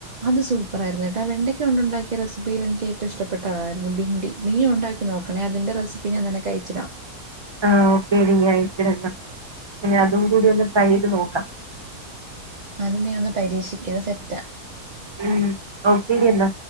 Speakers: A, on the right; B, on the right.
A: അത്‌ സൂപ്പർ ആയിരുന്നുകേട്ടോ വെണ്ടയ്ക്ക കൊണ്ടുണ്ടാക്കിയ റെസിപിയിൽ എനിക്കേറ്റവും ഇഷ് തായിരുന്നു ബിണ്ടി നീയും ഉണ്ടാക്കിനോക്കണേ അതിന്റെ റെസിപി ഞാൻ നിനക്കയച്ചിടാം.
B: ആ ഓക്കേടി നീ അയച്ചിടെന്ന ഇനി അതുംകൂടി ഒന്ന് ട്രൈ ചെയ്ത് നോക്കാം
A: ഞാനൊന്നു പരീക്ഷിക്കാ സെറ്റ
B: ഉം ഓക്കേടി എന്നാ